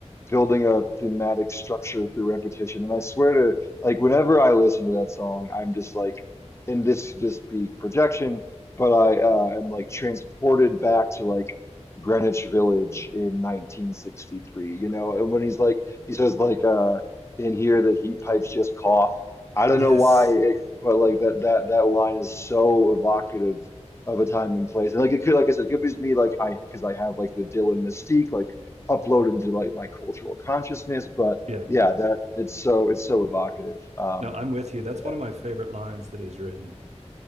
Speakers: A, on the left; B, on the right.
A: building a thematic structure through repetition. And I swear to, like, whenever I listen to that song, I'm just like, and this could just be projection, but I uh, am like transported back to like Greenwich Village in 1963, you know? And when he's like, he says, like, uh, in here, the heat pipes just cough. I don't
B: yes,
A: know why, it, but like that that that line is so evocative of a time and place. And like it could, like I said, it could be just me, like I, because I have like the Dylan mystique, like uploaded to like my cultural consciousness. But
B: yeah.
A: yeah, that it's so it's so evocative. Um,
B: No, I'm with you. That's
A: yeah,
B: one of my favorite lines that he's written.